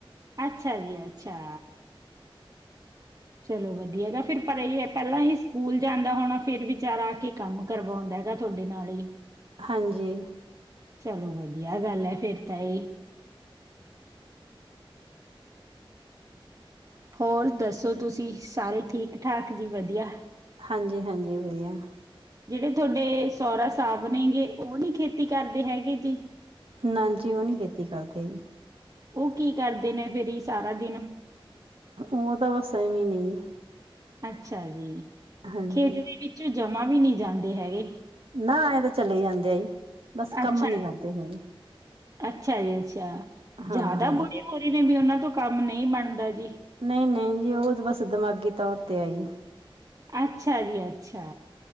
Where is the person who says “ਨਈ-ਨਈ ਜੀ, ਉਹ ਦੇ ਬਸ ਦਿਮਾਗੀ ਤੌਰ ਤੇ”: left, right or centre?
Right